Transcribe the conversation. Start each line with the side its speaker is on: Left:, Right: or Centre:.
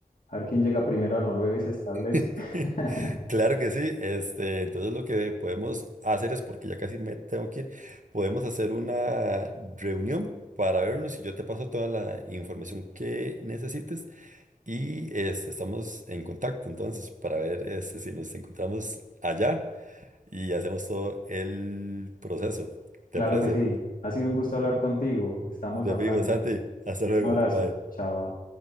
Left: a ver quién llega primero a Noruega y se establece.
Right: <laughs>
Left: <laughs>
Right: Claro que sí. Este, entonces lo que podemos hacer es, porque ya casi me tengo que ir, podemos hacer una reunión para vernos y yo te paso toda la información que necesites y este, estamos en contacto entonces para ver este, si nos encontramos allá y hacemos todo el proceso. ¿Te
Left: Claro
Right: parece?
Left: que sí. Ha sido un gusto hablar contigo. Estamos
Right: Te
Left: hablando.
Right: fijo, Santi. Hasta luego.
Left: Un abrazo.
Right: Bye.
Left: Chao.